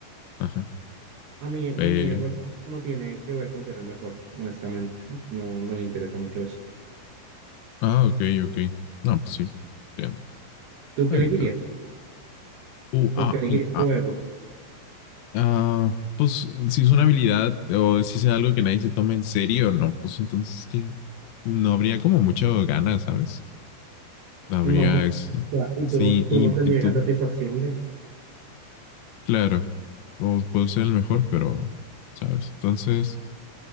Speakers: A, on the left; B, on the right.
A: ajá.
B: A mí, mi
A: Pe-
B: ego no tiene que ver con ser el mejor, honestamente. No, no le interesa mucho eso.
A: ah, ok, ok. No, pues sí, entiendo.
B: ¿Tú
A: Está
B: qué elegirías?
A: bien, está bien. U, A,
B: ¿O qué elegirías
A: I, A.
B: tu ego?
A: Ah, pues si es una habilidad o si es algo que nadie se toma en serio, no, pues entonces que no habría como mucho ganas, ¿sabes? No habría
B: No, pues,
A: ese,
B: o sea, y
A: ese
B: tú no, tú
A: ímpetu,
B: no tendrías satisfacción de...
A: claro. O puedo ser el mejor, pero, ¿sabes? Entonces,